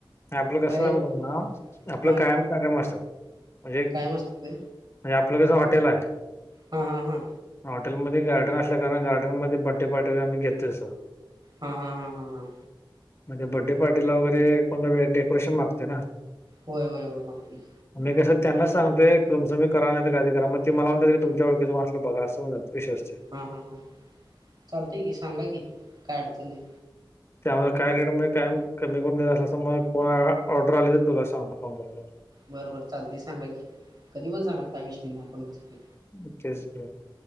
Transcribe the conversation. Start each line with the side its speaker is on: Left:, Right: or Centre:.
Left: आपलं कसं
Right: बाहेर
Left: सांगु तुम्हाला, आपलं
Right: हा
Left: कायम काम असल म्हणजे म्हणजे
Right: काय मस्त
Left: आपलं कसं हॉटेल हाय
Right: हा हा हा
Left: म हॉटेलमध्ये गार्डन असल्या कारण, गार्डन मध्ये बड्डे पार्टी वगैरे आम्ही घेतो अस
Right: हां हां हां हां हां
Left: म त्या बड्डे पार्टीला वगैर, कोण ना <unintelligible> डेकोरेशन मागते ना
Right: होय होय होय. मागती
Left: मी कसं त्यांना सांगतोय, तुमच तुमी करा, नायतर काय तर करा, म ते मला म्हणतात की तुमच्या ओळखीच कोणं असलं त बघा असं म्हण विषय असतय
Right: हा हा हा ह चालतय की सांगा, की काय अडचण नाय.
Left: त्यामुळं काय रेटमध्ये काय कमी करून देत असलास त मग कोण ऑर्डर आली तर तुला सांगतो फोन करतो.
Right: बर बर चालतय सांगा की कधी पण सांगा काय विषय नाय आपण हासतोय.
Left: म तेच की,